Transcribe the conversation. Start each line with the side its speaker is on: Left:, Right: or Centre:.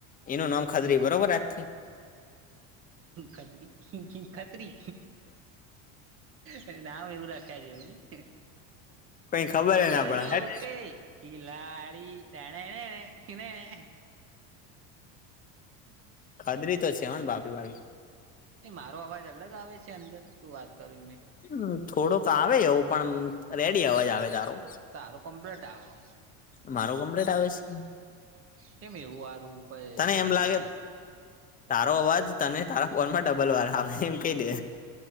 Left: એનું નામ ખાધરી બરોબર આજથી
Right: ખડરી ખ નામ એવું રાખ્યા જેવું ને
Left: કઈ ખબર
Right: ખતરો
Left: ના પડે હેટ
Right: કે ખિલાડી તના એને એને કધ એને
Left: ખાધરી તો છે હોને ભાભી બાકી
Right: એ મારો અવાજ અલગ આવે છે અંદર તું વાત કરવી મેં
Left: મ થોડોક આવે એવું પણ રેડી અવાજ આવે તારો
Right: તારો કમ્પ્લીટ આવો
Left: મારો કમ્પ્લેટ આવે છે.
Right: કેમ એવું આરું કઈ
Left: તને એમ
Right: આવા
Left: લાગે તારો અવાજ તને તારા ફોન માં ડબલ વાળ આવે એમ કહી દે